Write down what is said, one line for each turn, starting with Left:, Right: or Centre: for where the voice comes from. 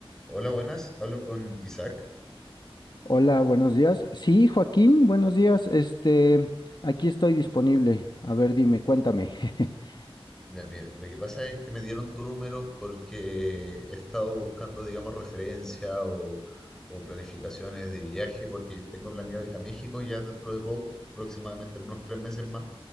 Centre: Hola, buenas. Hablo con Isaac.
Left: Hola, buenos días. Sí, Joaquín, buenos días. Este, aquí estoy disponible. A ver, dime, cuéntame. <laughs>
Centre: Ya, mire, lo que pasa es que me dieron tu número porque he estado buscando, digamos, referencia o, o planificaciones de viaje porque tengo planeado ir a México ya dentro de poco, aproximadamente en unos tres meses más,